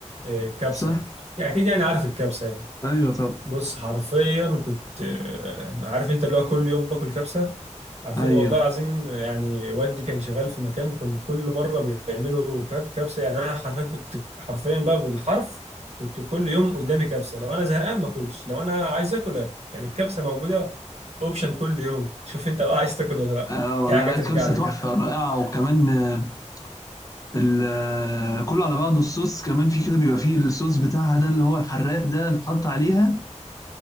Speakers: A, on the right; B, on the left.
A: آه، كبسة
B: صح
A: أكيد يعني عارف الكبسة يعني
B: ايوه طبعا
A: بص حرفيا كنت آه، عارف أنت اللي هو كل يوم باكل كبسة عارفين
B: ايوه
A: والله العظيم يعني والدي كان شغال في مكان كان كل مرة بيعملوا كب- كبسة يعني أنا حرفيا كنت حرفيا بقى بالحرف كنت كل يوم قدامي كبسة لو أنا زهقان ما أكلش لو أنا عايز آكل آكل يعني الكبسة موجودة أوبشن كل يوم شوف أنت بقى عايز تاكل ولا لأ
B: اه والله
A: دي حاجة
B: لا
A: ترجع
B: الكبسه
A: لك
B: تحفه
A: أنت
B: رائعه وكمان آه، ال- آه، كله على بعضه الصوص كمان في كده بيبقى فيه الصوص بتاعها ده اللي هو الحراق ده اللي اتحط عليها